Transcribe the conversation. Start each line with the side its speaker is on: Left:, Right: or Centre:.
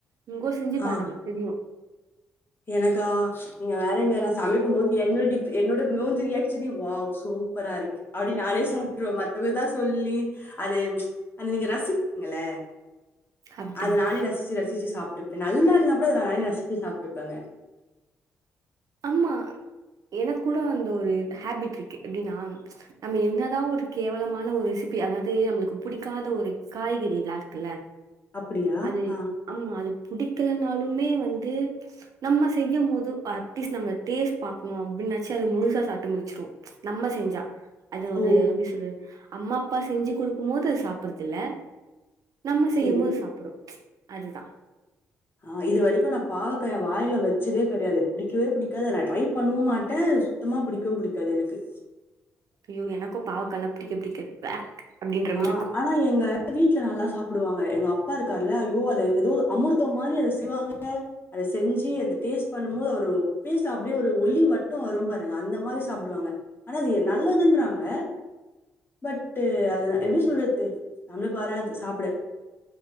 Right: உங்கோ செஞ்சி பாருங்க
Left: ஆ.
Right: தெரியு
Left: எனக்கா நீங்க வேறங்க நா சமைக்கும் போது என்னோட ஃபே என்னோட மூஞ்சு ரியாக்ஷனே வாவ் சூ ப்பரா இருக்கு அப்டின் நானே சாப்ட்டுருவே மத்தவங்கதா சொல்லி அதே அது நீங்க ரசி பீங்கள
Right: அப்டின்னு
Left: அது நானே ரசிச்சு ரசிச்சு சாப்ட்டுப்ப நல்லா இல்னா கூட அத நானே ரசி ச்சி சாப்ட்டுப்பங்க
Right: ஆமா எனக் கூட அந்த ஒரு ஹேபிட்ருக்கு எப்டின்னா நம்ம என்னதா ஒரு கேவலமான ஒரு ரெசிபி அதாவது நம்மளுக்கு புடிக்காத ஒரு காய்கறிலா இருக்குல்ல
Left: அப்டியா
Right: அது
Left: ஆ
Right: ஆமா அது புடிக்கலனாலுமே வந்து நம்ம செய்யும் போது அட்லீஸ்ட் நம்ம டேஸ்ட் பாக்ணு அப்டின்னாச்சு அத முழுசா சாப்ட்டு முடிச்சிரு நம்ம செஞ்சா அத ஒரு
Left: ஓ
Right: எப்டி சொல்றது அம்மா அப்பா செஞ்சு குடுக்கும் போது சாப்பறதுல்ல நம்ம
Left: சரி.
Right: செய்யும் போது சாப்புடு அதுதா
Left: ஆ இது வரைக்கு நா பாவக்காய வாயில வச்சதே கெடையாது புடிக்கவே புடிக்காது நா ட்ரை பண்ணுவு மாட்ட சு த்தமா புடிக்ககுவு புடிக்காது எனக்கு
Right: ஐய்யோ எனக்கு பாவக்கானா புடிக்கவே புடிக்காது அப்டின்ற மாரி
Left: ஆ
Right: இருக்கு
Left: ஆனா எங்க வீட்ல நல்லா சாப்புடுவாங்க எங்க அப்பா இருக்கார்ல ஐய்யோ அது ஏதோ அமுர் த்த மாரி அத செய்வாங்க அத செஞ்சு அத டேஸ்ட் பண்ணும் போது அவரு ஃபேஸ் அப்டியே ஒரு ஒளி வட் ட வரு பாருங்க அந்த மாரி சாப்டுவாங்க ஆனா அது நல்லதுன்றாங்க பட்டு அது எப்டி சொல்றது நம்ளுக் வராது சாப்ட